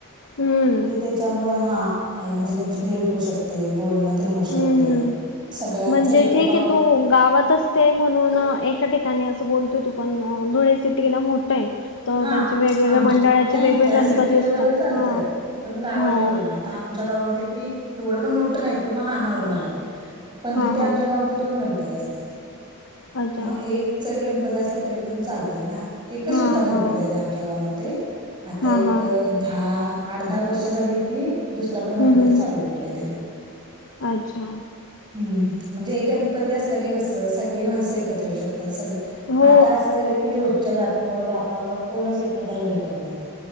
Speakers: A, on the left; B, on the right.
A: हम्म
B: कि त्याच्यामुळे हा म्हणजे त्यांची भेट होऊ शकते, बोल होऊ शकतंय,
A: हम्म हम्म
B: सगळ्यांच्या
A: म्हणजे
B: एकोपी
A: ठीक आहे तू गाव तेच म्हणून एका ठिकाणी असं बोलतोय तू पण धुळे सिटीला मोठ आहे, तर
B: हा
A: त्यांचे वेगवेगळ्या
B: आमच्या
A: मंडळाचे
B: नाही
A: वेगवेगळे
B: त्या सिटी
A: गणपती
B: लेव्हल
A: असतात
B: चालतं
A: हा
B: पण गाव
A: हो
B: लेव्हलला आता आमच्या गावामध्ये कि एवढं पण मोठं नाही, कि बा हा नर्मल आहे पण
A: हा
B: तिथे
A: हा
B: आमच्या गावामध्ये, दोन गणपती असतात,
A: अच्छा
B: मग एक जरी गणपती असला तरी पण चालतय ना. एकच
A: हा
B: होता गणपती
A: हा
B: आधी आमच्या गावामध्ये, आता
A: हा
B: एक
A: हा
B: दहा आठ दहा वर्ष झाली की दुसरा पण
A: हम्म
B: गणपती
A: हम्म
B: चालू केला तेणे <unintelligible>
A: अच्छा
B: हम्म, म्हणजे एक गणपती असला की कस सगळी माणसं एकत्र येऊ शकतात, सगळे
A: हो
B: आता असं झालं की रोजच्या व्यापमुळे व्यापामुळे कोणच एकमेकाला भेटत नाहीत.